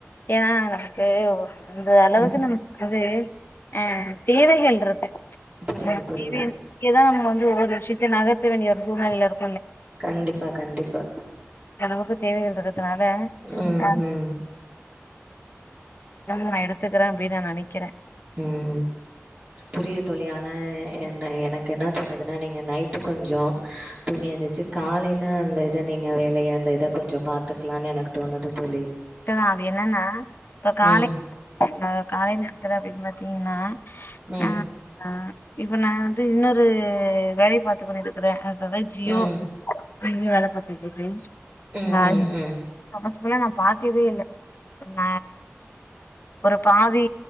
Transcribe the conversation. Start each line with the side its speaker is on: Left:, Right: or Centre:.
Left: ஏனா நமக்கு அந்த அளவுக்கு
Right: ம்
Left: நமக்கு ‌வந்து அ அ தேவைகள்‌ருக்கு
Right: புரியுது
Left: <unintelligible>
Right: புரியுது
Left: வந்து ஒவ்வொரு விஷ்யத்தை நகர்த்த வேண்டிய ஒரு சூழ்நெலைலருக்
Right: கண்டிப்பா கண்டிப்பா
Left: நமக்கு தேவைகள்ரு க்கனால
Right: ம்
Left: <unintelligible>
Right: ம்
Left: நா எடுத்துக்கிறே அப்டினு நா நெனைக்கிறே
Right: ம் புரியுது தோழி ஆனா என்ன எனக்கு என்ன தோணுதுன்னா நீங்க நைட்டு கொஞ்சொ தூங்கி எந்துச்சு காலைல அந்த இத நீங்க வேலைய அந்த இத கொஞ்சொ பாத்துக்லானு எனக்கு தோணுது தோழி
Left: தோழி அது என்னன்னா இப்ப காலைல‌
Right: ம்
Left: காலை நேரத்துல அப்டின் பாத்தீங்கன்னா
Right: ம்
Left: ஆ ஆ இப்ப நா வந்து இன்னொரு வேலை பாத்து கொண்டிருக்குறே அதா ஜியோ
Right: ம்
Left: நீங்க வேல பாத்துட்றிக்ங்க
Right: ம்
Left: ஆ
Right: ம் ம்
Left: ஆமா <unintelligible> பாக்கவே இல்ல ந ஒரு பாதி